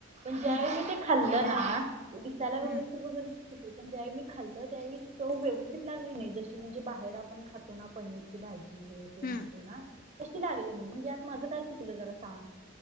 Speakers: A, on the right; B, on the left.
A: पण ज्यावेळी
B: हम्म
A: मी ते खाल्ल ना, दिसायला व्यवस्थित
B: हम्म
A: वगैर <unintelligible> पण ज्यावेळी मी खाल्लं त्यावेळी चव व्यवस्थित लागली नाही. जशी म्हणजे बाहेर आपण खातो ना पनीर भाजी हे ते
B: हम्म
A: म्हणतो ना तशी लागली नाही. म्हणजे यात माझ काय चुकल जरा सांग?